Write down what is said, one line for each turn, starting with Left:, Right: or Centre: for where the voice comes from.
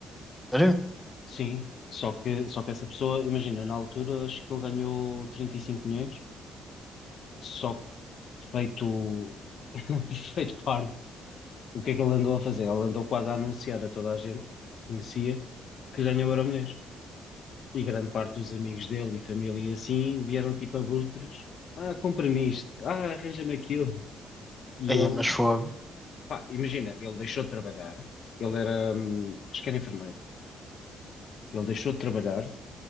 Centre: Sério?
Left: Sim, só que, só que essa pessoa, imagina, na altura acho que ele ganhou 35 milhões Só que feito, <laughs> feito parvo, o que é que ele andou a fazer? Ele andou quase a anunciar a toda a gente que conhecia que ganhou o Euromilhões. E grande parte dos amigos dele e família e assim vieram tipo abutres. Ah, compra-me isto. Ah, arranja-me aquilo. E
Centre: Aí,
Left: ele,
Centre: mas fogo.
Left: pá, imagina, ele deixou de trabalhar. Ele era, hum, acho que era enfermeiro. Ele deixou de trabalhar,